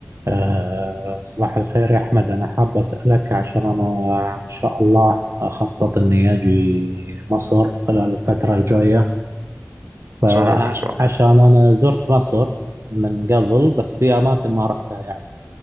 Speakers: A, on the right; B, on the right.
A: آه، صباح الخير يا أحمد أنا حاب أسألك عشان أنا إن شاء الله أخطط إني أجي مصر خلال الفترة الجاية فعشان
B: تشرف ان شاء الله
A: أنا زرت مصر من قبل بس في أماكن ما رحتها يعني